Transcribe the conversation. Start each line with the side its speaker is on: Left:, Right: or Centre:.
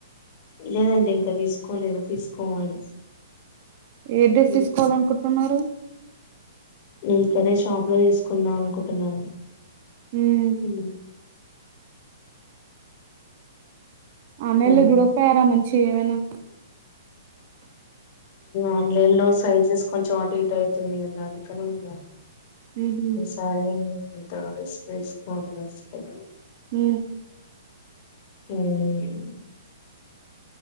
Left: లేదండి ఇంకా తీసుకోలేదు తీసుకోవాలి.
Right: ఏ డిస్
Left: ఉమ్.
Right: తీసుకోవాలనుకుంటున్నారు.
Left: నే ఇక్కడే షాప్ లో తీసుకుందాం అనుకుంటున్నా
Right: హ్మ్.
Left: ఊ.
Right: ఆన్లైన్
Left: ఉమ్.
Right: లో చూడక పోయారా మంచి ఏమేనా.
Left: ఆన్లైన్ లో సైజెస్ కొంచెం అటు ఇటు ఐతున్నాయి గదా అందుకని ఇక.
Right: ఉహు.
Left: సరే ఇంతగా డ్రెస్ వేసుకొన్ కదా.
Right: ఊ.
Left: ఉం